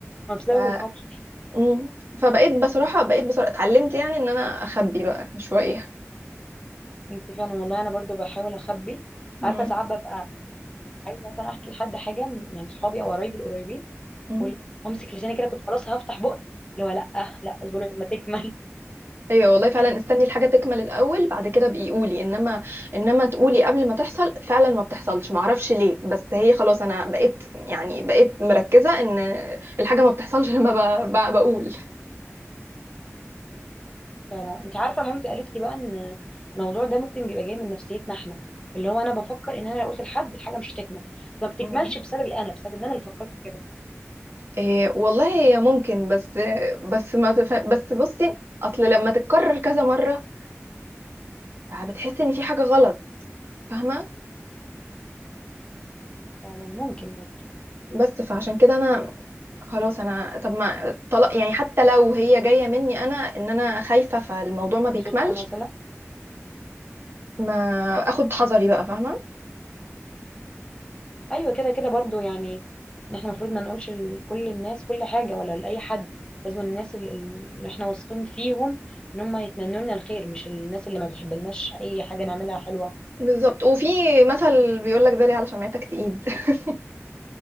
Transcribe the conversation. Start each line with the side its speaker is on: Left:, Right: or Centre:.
Left: ما بسبب
Right: ف
Left: الحكي
Right: مم. فبقيت بصراحة بقيت بصراحة اتعلمت يعني ان انا اخبي بقى شوية
Left: انت فعلا والله انا برضو بحاول اخبي
Right: مم.
Left: عارفة ساعات ببقى عايزة مثلا احكي لحد حاجة م- يعني صحابي او قرايبي القريبين
Right: مم.
Left: وال- وامسك لساني كده كنت خلاص هفتح بقي اللي هو لا لا اصبري لما تكمل
Right: ايوه والله فعلا
Left: <laughs>
Right: استني الحاجة تكمل الاول بعد كده بقي قولي انما انما تقولي قبل ما تحصل فعلا ما بتحصلش معرفش ليه بس هي خلاص انا بقيت يعني بقيت مركزة ان الحاجة ما بتحصلش <laughs> لما ب- ب- بقول
Left: فعلا انت عارفة مامتي قالت لي بقى ان الموضوع ده ممكن بيبقى جاي من نفسيتنا احنا اللي هو انا بفكر ان انا لو قلت لحد الحاجة مش هتكمل فما بتكملش
Right: مم.
Left: بسببي انا بسبب ان انا اللي فكرت كده
Right: إيه والله هي ممكن بس بس ما تف... بس بصي اصل لما تتكرر كذا مرة بتحس ان في حاجة غلط فاهمة
Left: فعلا ممكن برضو
Right: بس فعشان كده انا خلاص انا طب ما طلاق يعني حتى لو هي جايه مني انا ان انا خايفه فالموضوع ما بيكملش
Left: صدفة مثلا
Right: ما اخد حذري بقى فاهمه
Left: ايوه كده كده برضو يعني ان احنا المفروض ما نقولش لكل الناس كل حاجه ولا لاي حد لازم الناس ال- ال- اللي احنا واثقين فيهم ان هم يتمنوا لنا الخير مش الناس اللي ما بتحبلناش اي حاجه نعملها حلوه
Right: بالظبط وفي مثل بيقول لك داري على شمعتك تقيد <laughs>